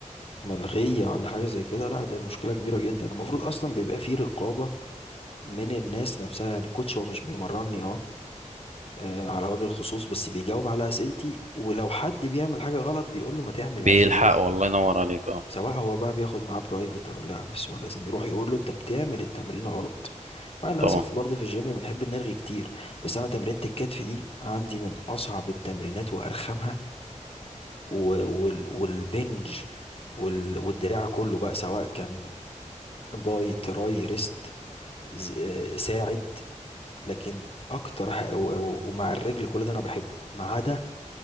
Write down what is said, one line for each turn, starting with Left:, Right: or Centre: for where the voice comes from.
Left: ملغيه ولا حاجه زي كده لا ده مشكله كبيره جدا المفروض اصلا بيبقى فيه رقابه من الناس نفسها يعني الكوتش هو مش بيمرني اه آه، على وجه الخصوص بس بيجاوب على اسئلتي ولو حد بيعمل حاجه غلط بيقول له ما تعملهاش
Right: بيلحق
Left: كده
Right: والله ينور عليك اه
Left: سواء هو بقى بياخد معاه برايفت او لا بس هو لازم يروح يقول له انت بتعمل التمرين غلط انا للاسف
Right: طبعا
Left: برضه في الجيم بنحب نرغي كتير بس انا تمرينة الكتف دي عندي من اصعب التمرينات وارخمها و- وال- والبنج وال- والدراع كله بقى سواء كان باي تراي ريست ز- آه، ساعد لكن اكتر ح- و- و- ومع الرجل كل ده انا بحبه ما عدا